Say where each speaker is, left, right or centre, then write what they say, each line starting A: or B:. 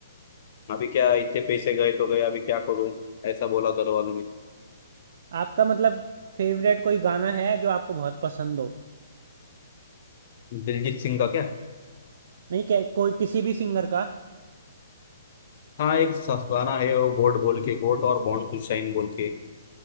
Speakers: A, on the left; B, on the right.
A: अभी क्या इतने पैसे गए तो गए अभी क्या करूँ ऐसा बोला घर वालों ने
B: आपका मतलब फेवरेट कोई गाना है जो आपको बहुत पसंद हो
A: दिलजीत सिंह का क्या
B: नहीं क्या कोई किसी भी सिंगर का
A: हाँ एक स- गाना है वो गोड बोल के गोड और बॉन्ड टू शाइन बोल के